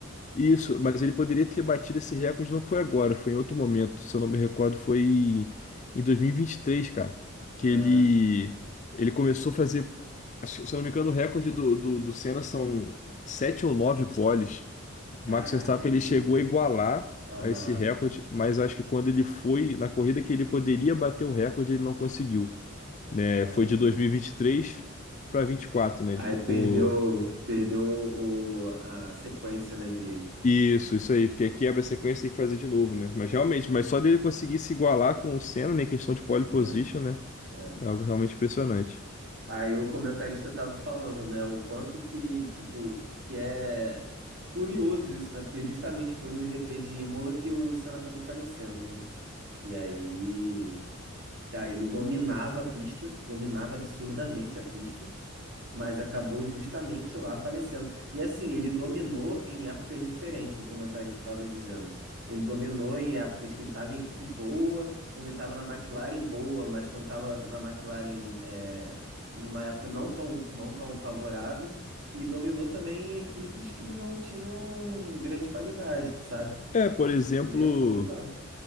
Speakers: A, on the left; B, on the right.
A: Isso, mas ele poderia ter batido esse recorde, não foi agora, foi em outro momento. Se eu não me recordo, foi em em dois mil e vinte e três cara.
B: Ah,
A: Que ele. Ele começou a fazer. acho que, Se eu não me engano, o recorde do, do, do Senna são sete ou nove poles.
B: caraca,
A: Max Verstappen
B: que
A: ele
B: doideira.
A: chegou a igualar
B: Aham,
A: a esse recorde, mas acho que quando ele foi na corrida que ele poderia bater o recorde, ele não conseguiu. Né?
B: caraca.
A: Foi de dois mil e e vinte e três para vinte e quatro né?
B: Aí
A: Ele ficou.
B: perdeu, perdeu o, a sequência, né, de...
A: Isso, isso aí, porque quebra a sequência e tem que fazer de novo, né? Mas realmente, mas só dele conseguir se igualar com o Senna, né, em questão de pole
B: é,
A: position, né?
B: é.
A: É algo realmente impressionante.
B: Aí o comentarista tava falando, né, o quanto que, tipo, que é curioso isso, né, porque justamente foi no GP de Imola que o Senna acabou falecendo, né. E aí, cara, ele dominava a pista, dominava absurdamente a pista, mas acabou justamente lá falecendo. E assim, ele dominou em épocas diferentes, o comentarista estava dizendo. Ele dominou em épocas que ele estava em equipe boa, quando ele estava na McLaren boa, mas quando estava na McLaren é, numa época não tão, não tão favorável. E dominou também em equipes que não tinham grande qualidade, sabe?
A: É, por exemplo,
B: E fazia pole lá.